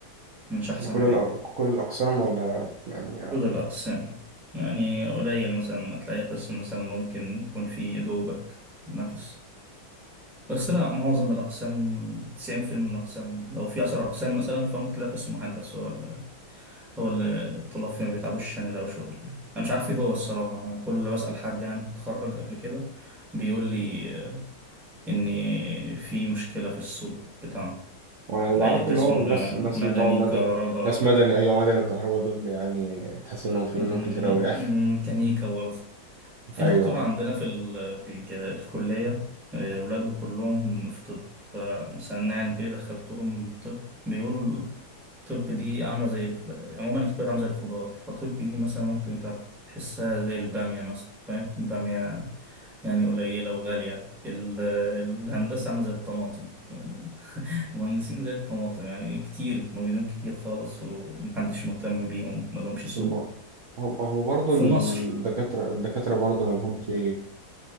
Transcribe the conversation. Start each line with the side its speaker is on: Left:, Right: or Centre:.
Centre: مش أحسن
Right: لكل
Centre: حاجة
Right: الأ- كل الاقسام ولا يعني
Centre: كل الأقسام يعني قليل مثلا ما تلاقي قسم مثلا ممكن يكون فيه دوبك نفس بس لا معظم الأقسام 90% من الأقسام لو في 10 أقسام مثلا فممكن تلاقي قسم واحد بس هو اللي هو اللي الطلاب فيه ما بيتعبوش عشان يلاقوا شغل يعني أنا مش عارف إيه هو الصراحة أنا كل اللي بسأل حد يعني اتخرج قبل كده بيقول لي آه، إن في مشكلة في السوق بتاعنا
Right: وانا اللي
Centre: أي
Right: اعرفه
Centre: قسم
Right: اللي هو الناس
Centre: بقى،
Right: الناس
Centre: مدني
Right: بتوع مدني
Centre: كهرباء
Right: ناس مدني ايوه مدني وكهرباء دول يعني تحس انهم في
Centre: مم،
Right: منهم كتير قوي يعني
Centre: ميكانيكا برضه في
Right: ايوه
Centre: دكتور عندنا في ال... في الج- الكلية آه، ولاده كلهم في طب فمثلا يعني انت ليه دخلتهم طب بيقول طب دي عاملة زي ال- عموما الكلية عاملة زي الخضار فطب دي مثلا ممكن انت تحسها زي البامية مثلا فاهم البامية يعني قليلة وغالية ال... الهندسة عاملة زي الطماطم <laughs> المهندسين زي الطماطم يعني كتير موجودين كتير خالص ومحدش مهتم بيهم ملهمش
Right: هم
Centre: سوق
Right: هم هو برضه
Centre: في
Right: الدكاترة
Centre: مصر
Right: الدكاترة برضه مالهمش